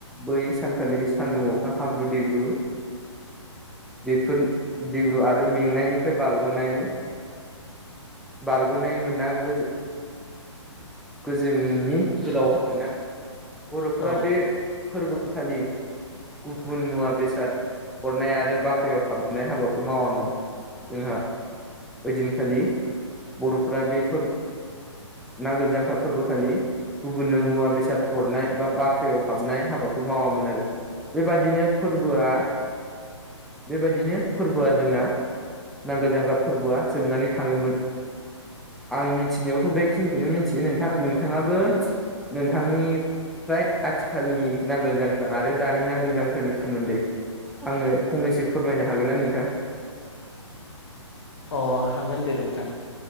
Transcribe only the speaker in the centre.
बै सानखालि सानदुं अखा हाब्रु दैब्रु बेफोर बेबो आरो मेंनायनिफ्राय बारग'नानै बारग'नाय मोनना गोजोन गोजोननि गोलाव आरोना बर'फोरा
बे फोरबो आ खालि गुबुन मुवा बेसाद हरनाय आरो बाख रियाव हाबनाय हाबाखौ मावामोन जोंहा ओइदिनखालि बर'फ्रा बेफोर नांगोल जांख्रा फोरबो खालि गुबुननो मुवा बेसाद हरनाय बा बाख्रियाव हाबनाय हाबाखौ मावामोन आरो। बेबायदिनो फोरबोआ बेबायदिनो फोरबोआ जोंना नांगोल जांग्रा फोरबोआ जोबनानै थाङोमोन। आं मिथिनायावथ' बेखिनिखौनो मिथियो नोंथां नोंथाङाबो नोंथांनि फ्राय आथिखालनि नांगोल जांखो आरो दानि नांगोल जांख्रानि सोमोन्दै आंनो फंनैसो फोरमायनो हागोन ना नोंथां?